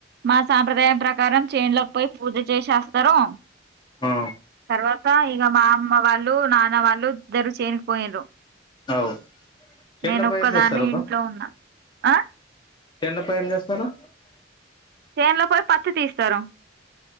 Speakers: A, on the right; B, on the left.
A: మా సాంప్రదాయం ప్రకారం చేన్లోకి పోయి పూజ చేసి వస్తారు.
B: ఆ
A: తర్వాత ఇగ మా అమ్మ వాళ్ళు నాన్న వాళ్ళు ఇద్దరు చేనికి పొయ్యిర్రు
B: అవు చేన్లపై
A: నేను ఒక్కదాన్ని
B: ఏం చేస్తారు
A: ఇంట్లో ఉన్నాను ఆ
B: ఎన్నపై ఏం చేస్తారు
A: చేన్ లో పోయి పత్తి తీస్తారు